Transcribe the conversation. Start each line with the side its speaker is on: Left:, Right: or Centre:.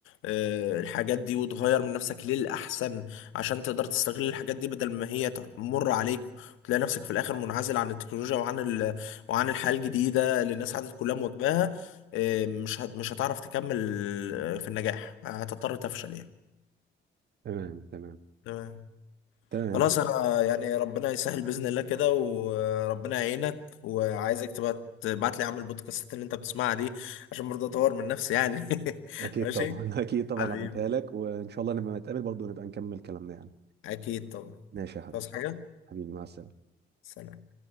Left: آه، الحاجات دي وتغير من نفسك للأحسن عشان تقدر تستغل الحاجات دي بدل ما هي تمر عليك وتلاقي نفسك في الآخر منعزل عن التكنولوجيا وعن ال... وعن الحياة الجديدة اللي الناس عادت كلها مواكباها آه، مش هت... مش هتعرف تكمل آه، في النجاح هتضطر تفشل يعني
Right: تمام تمام
Left: تمام
Right: تمام
Left: خلاص انا يعني ربنا يسهل باذن الله كده وربنا يعينك وعايزك تبقى تبعت لي اعمل البودكاستات اللي انت بتسمعها دي عشان برضه اطور من نفسي يعني <laughs>
Right: اكيد
Left: ماشي
Right: طبعا <laughs> اكيد طبعا
Left: حبيبي
Right: هبعتها لك وان شاء الله لما نتقابل برضه نبقى نكمل كلامنا يعني
Left: اكيد طبعا
Right: ماشي يا حبيبي
Left: تصحى حاجه
Right: حبيبي مع السلامه
Left: سلام